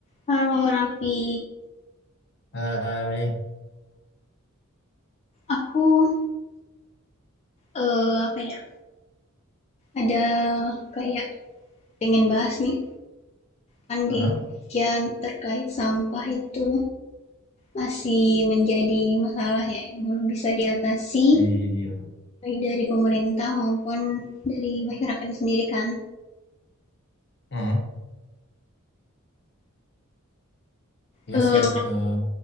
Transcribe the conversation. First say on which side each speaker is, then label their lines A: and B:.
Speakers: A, on the left (about 30°); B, on the left (about 55°).
A: Kalau Raffi,
B: Hai,
A: aku, eee, apa ya, ada kayak pengen bahas nih, kan
B: Aha,
A: di Indonesia terkait sampah itu masih menjadi masalah ya yang belum bisa diatasi,
B: iya iya iya,
A: baik dari pemerintah maupun dari masyarakat sendiri kan.
B: aha. Iya
A: Eee,
B: sih. eh,